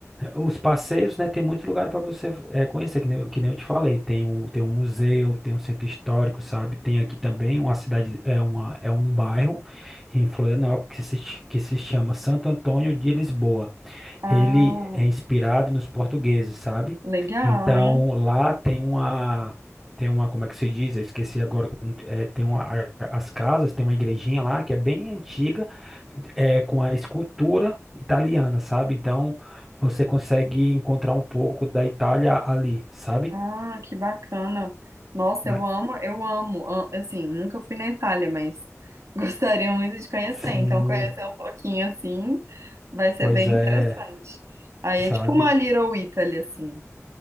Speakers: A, in the centre; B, on the right (about 65°).
A: Os passeios, né, tem muito lugar para você eh, conhecer, que nem, eu- que nem eu te falei. Tem um, tem um museu, tem um centro histórico, sabe? Tem aqui também uma cidade, é, uma, é um bairro em Florianópolis que se, ch- que se chama Santo Antônio de Lisboa.
B: Ah.
A: Ele é inspirado nos portugueses, sabe?
B: Legal,
A: Então,
B: hein?
A: lá tem uma, tem uma, como é que se diz? Eu esqueci agora, como- é, tem uma, a- as casas, tem uma igrejinha lá que é bem antiga, é, com a escultura italiana, sabe? Então, você consegue encontrar um pouco da Itália ali, sabe?
B: Ah, que bacana. Nossa,
A: Né?
B: eu amo, eu amo. a- Assim, nunca fui na Itália, mas <laughs> gostaria muito de conhecer.
A: Então,
B: Então,
A: Sim,
B: conhecer um pouquinho assim vai ser
A: Pois
B: bem
A: é,
B: interessante. Aí
A: sabe?
B: é tipo uma Little Italy, assim.